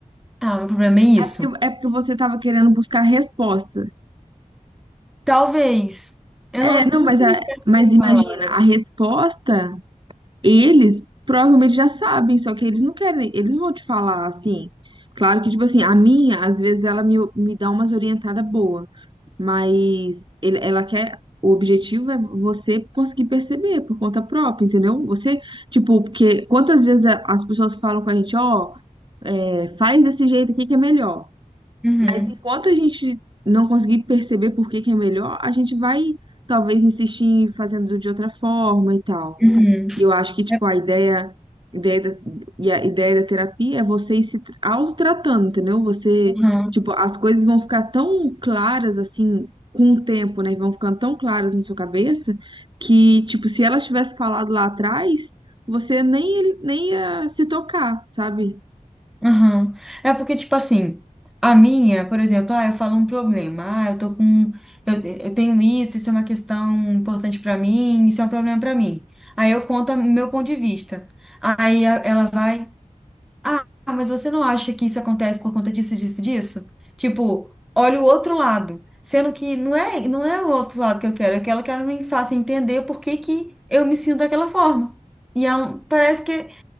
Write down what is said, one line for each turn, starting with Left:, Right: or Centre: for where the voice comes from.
Centre: Ah, o meu problema é isso.
Right: É porque, é porque você estava querendo buscar resposta.
Centre: Talvez. Eu
Right: É,
Centre: não
Right: não,
Centre: não
Right: mas,
Centre: sei
Right: a,
Centre: se é essa
Right: mas
Centre: a
Right: imagina,
Centre: palavra.
Right: a resposta, eles provavelmente já sabem, só que eles não querem, eles vão te falar assim. Claro que, tipo assim, a minha, às vezes, ela me, me dá umas orientadas boas, mas ele- ela quer. O objetivo é você conseguir perceber por conta própria, entendeu? Você, tipo, porque quantas vezes a- as pessoas falam com a gente, ó, é, faz desse jeito aqui que é melhor.
Centre: Uhum.
Right: Mas enquanto a gente não conseguir perceber por que que é melhor, a gente vai talvez insistir em fazendo de outra forma e tal.
Centre: Uhum.
Right: E eu acho que, tipo,
Centre: É,
Right: a ideia, ideia da, e a ideia da terapia é você ir se tra- autotratando, entendeu? Você,
Centre: uhum.
Right: tipo, as coisas vão ficar tão claras assim com o tempo, né? Vão ficando tão claras na sua cabeça que, tipo, se ela tivesse falado lá atrás, você nem, nem ia se tocar, sabe?
Centre: Uhum. É porque, tipo assim, a minha, por exemplo, ah, eu falo um problema. Ah, eu tô com. Eu, eu tenho isso, isso é uma questão importante pra mim, isso é um problema pra mim. Aí eu conto o meu ponto de vista. Aí a- ela vai. Ah, mas você não acha que isso acontece por conta disso, disso, disso? Tipo, olha o outro lado. Sendo que não é, não é o outro lado que eu quero, eu quero que ela me faça entender por que que eu me sinto daquela forma. E é um- parece que